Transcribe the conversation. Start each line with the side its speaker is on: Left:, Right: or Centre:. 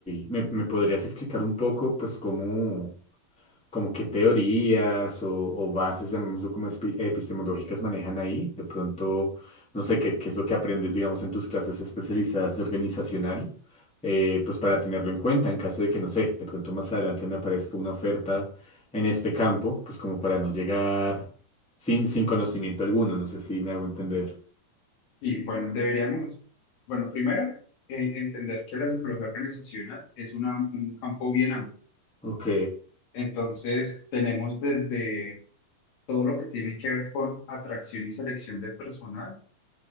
Centre: ¿Me, me podrías explicar un poco pues cómo, como qué teorías o, o bases, llamémoslo como espi- epistemológicas, manejan ahí. De pronto, no sé qué, qué es lo que aprendes, digamos, en tus clases especializadas de organizacional, eh, pues para tenerlo en cuenta en caso de que, no sé, de pronto más adelante me aparezca una oferta en este campo, pues como para no llegar sin, sin conocimiento alguno, no sé si me hago entender.
Left: Y bueno, deberíamos, bueno, primero, eh, entender que la psicología organizacional es una- un campo bien amplio.
Centre: Ok,
Left: Entonces, tenemos desde todo lo que tiene que ver con atracción y selección de personal,